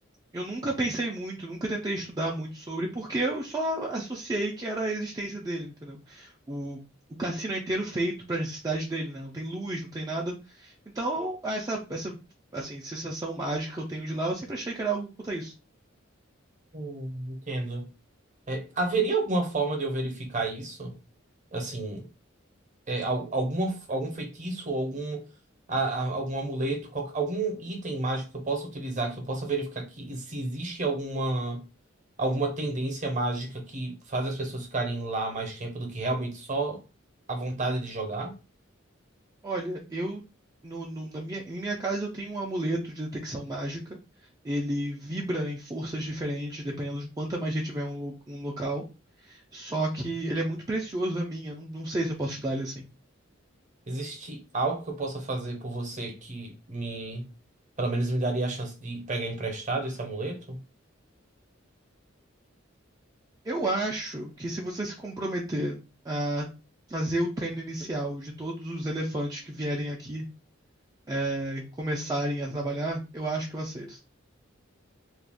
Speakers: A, on the right; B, on the right.
A: eu nunca pensei muito, nunca tentei estudar muito sobre, porque eu só associei que era a existência dele, entendeu? O, o cassino é inteiro feito para necessidade dele, né? Não tem luz, não tem nada. Então, essa, essa, assim, sensação mágica que eu tenho de lá, eu sempre achei que era algo quanto a isso.
B: Hum, entendo. É, haveria alguma forma de eu verificar isso? Assim, é, al- alguma, algum feitiço, ou algum, a- a- algum amuleto, qual- algum item mágico que eu possa utilizar, que eu possa verificar que, se existe alguma. alguma tendência mágica que faz as pessoas ficarem lá mais tempo do que realmente só a vontade de jogar?
A: Olha, eu no, no- na minha, em minha casa eu tenho um amuleto de detecção mágica. Ele vibra em forças diferentes, dependendo de quanta magia tiver um, lo- um local. Só que ele é muito precioso a mim, eu não, não sei se eu posso te dar ele assim.
B: Existe algo que eu possa fazer por você que me, pelo menos me daria a chance de pegar emprestado esse amuleto?
A: Eu acho que se você se comprometer a fazer o treino inicial de todos os elefantes que vierem aqui, é, começarem a trabalhar, eu acho que eu aceito.